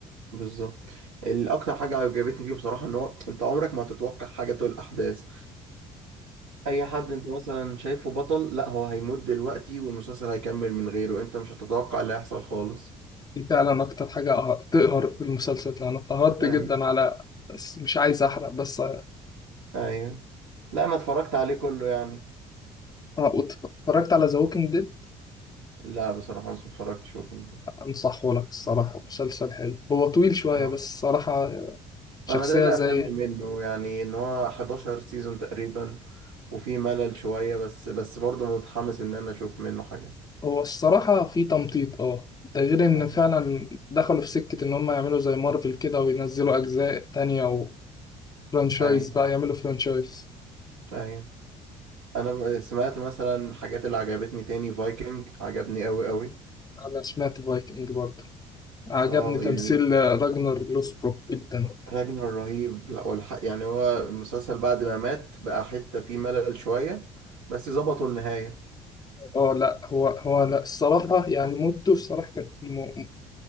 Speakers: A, on the right; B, on the left.
A: بالظبط الاكتر حاجه عجبتني فيه بصراحه ان هو انت عمرك ما هتتوقع حاجه طول الاحداث اي حد انت مثلا شايفه بطل لا هو هيموت دلوقتي والمسلسل هيكمل من غيره انت مش هتتوقع اللي هيحصل خالص
B: دي فعلا اكتر حاجة قه- تقهر في المسلسل انا اتقهرت
A: ايوه
B: جدا على بس مش عايز احرق بس اه
A: ايوه لا انا اتفرجت عليه كله يعني
B: وت- اتفرجت على ذا ووكينج ديد
A: لا بصراحه بس ما اتفرجتش وكنت
B: انصحه لك الصراحة مسلسل حلو هو طويل شوية
A: اه
B: بس الصراحة شخصية
A: انا ده اللي
B: زي
A: قفلني منه يعني ان هو 11 سيزون تقريبا وفي ملل شويه بس بس برضه متحمس ان انا اشوف منه حاجه
B: هو الصراحة في تمطيط اه ده غير ان
A: اه
B: فعلا دخلوا في سكة ان هم يعملوا زي مارفل كده وينزلوا اجزاء تانية وفرانشايز
A: ايوه
B: بقى يعملوا فرانشايز
A: ايوه انا سمعت مثلا الحاجات اللي عجبتني تاني فايكنج عجبني قوي قوي
B: انا سمعت فايكنج برضه عجبني
A: اه
B: تمثيل
A: يعني
B: راجنر لوسبروك جدا
A: راجنر رهيب لا والحق يعني هو المسلسل بعد ما مات بقى حتة فيه ملل شوية بس ظبطوا النهاية
B: اه لا هو هو لا الصراحة يعني موته الصراحة كانت م-